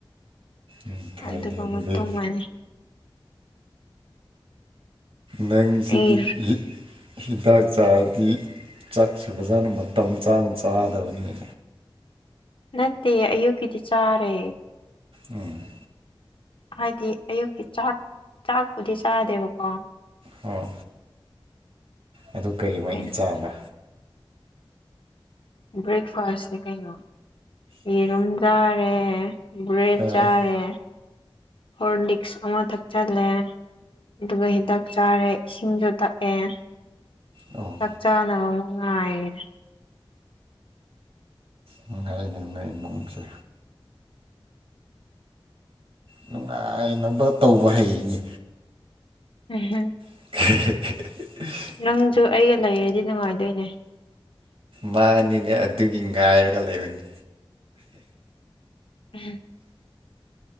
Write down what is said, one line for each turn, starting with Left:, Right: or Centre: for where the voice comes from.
Right: ꯎꯝ ꯐꯥꯏꯅꯦ
Left: ꯑꯗꯨꯒ
Right: ꯑꯗꯨꯗꯤ
Left: ꯑꯃꯨꯛ ꯇꯨꯝꯃꯅꯤ
Right: ꯅꯪꯁꯤꯗꯤ
Left: ꯑꯩ
Right: ꯏ ꯍꯤꯗꯥꯛ ꯆꯥꯔꯗꯤ ꯆꯥꯛꯁꯨ ꯐꯖꯅ ꯃꯇꯝ ꯆꯥꯅ ꯆꯥꯗꯧꯕꯅꯤꯅꯦ
Left: ꯅꯠꯇꯦ ꯑꯌꯨꯛꯀꯤꯗꯤ ꯆꯥꯔꯦ
Right: ꯎꯝ
Left: ꯍꯥꯏꯗꯤ ꯑꯌꯨꯛꯀꯤ ꯆꯥꯛ ꯆꯥꯛꯄꯨꯗꯤ ꯆꯥꯗꯦꯕꯀꯣ
Right: ꯑꯥ ꯑꯗꯨ ꯀꯩꯑꯣꯏꯅ
Left: ꯀꯩꯅꯣ
Right: ꯆꯥꯕ
Left: ꯕ꯭ꯔꯦꯛꯐꯥꯁꯅꯤ ꯀꯩꯅꯣ ꯌꯦꯔꯨꯝ ꯖꯥꯔꯦ ꯕ꯭ꯔꯦꯗ
Right: ꯑꯦ
Left: ꯆꯥꯔꯦ ꯍꯣꯔꯂꯤꯛꯁ ꯑꯃ ꯊꯛꯆꯜꯂꯦ ꯑꯗꯨꯒ ꯍꯤꯗꯥꯛ ꯆꯥꯔꯦ ꯏꯁꯤꯡꯖꯨ ꯊꯛ ꯑꯦ
Right: ꯑꯣ
Left: ꯆꯥꯛ ꯆꯥꯅꯕ ꯑꯃꯨꯛ ꯉꯥꯏꯔꯦ
Right: ꯅꯨꯡꯉꯥꯏꯅꯦ ꯅꯣꯏ ꯏꯃꯨꯡꯁꯦ ꯅꯨꯡꯉꯥꯏꯅꯕ ꯇꯧꯕ ꯍꯩꯅꯦ
Left: <unintelligible>
Right: <unintelligible>
Left: ꯅꯪꯁꯨ ꯑꯩꯒ ꯂꯩꯔꯗꯤ ꯅꯨꯡꯉꯥꯏꯗꯣꯏꯅꯦ
Right: ꯃꯥꯟꯅꯤꯅꯦ ꯑꯗꯨꯒꯤ ꯉꯥꯏꯔꯒ ꯂꯩꯕꯅꯤ
Left: <unintelligible>